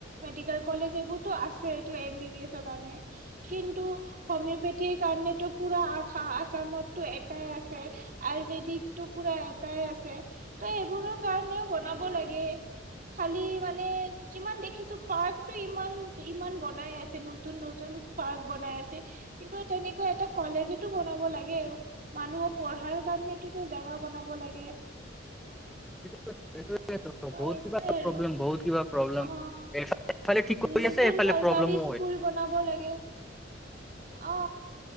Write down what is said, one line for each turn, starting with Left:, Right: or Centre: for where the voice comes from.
Right: মেডিকেল কলেজ এইবোৰ ত আছেই ত এম বি এছৰ কাৰণে কিন্তু হমিও পেথীৰ কাৰণেটো পুৰা আশা আছামতো এটাই আছে আয়ুৰ্বেদিকটো পুৰা এটাই আছে। ত এইবোৰৰ কাৰণেও বনাব লাগে খালি মানে যিমান দেখিছো পাৰ্কটো ইমান ইমান বনাই আছে নতুন নতুন পাৰ্ক বনাই আছে কিন্তু তেনেকুৱা এটা কলেজতো বনাব লাগে মানুহৰ পঢ়াৰ তাত নেকিটো জেগা বনাব লাগে।
Centre: সেইটো সেইটো
Right: ত
Centre: বহুত
Right: সেইটোয়ে
Centre: কিবা
Right: আৰু
Centre: প্ৰব্লেম বহুত কিবা প্ৰব্লেম
Right: অ
Centre: এফালে ঠিক কৰি
Right: নতুন
Centre: আছে এফালে
Right: চৰকাৰী
Centre: প্ৰব্লেম
Right: স্কুল বনাব লাগে অ